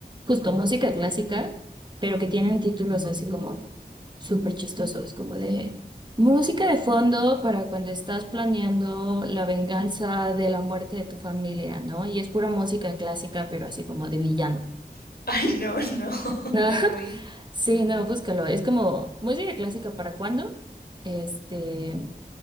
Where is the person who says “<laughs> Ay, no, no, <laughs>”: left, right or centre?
Left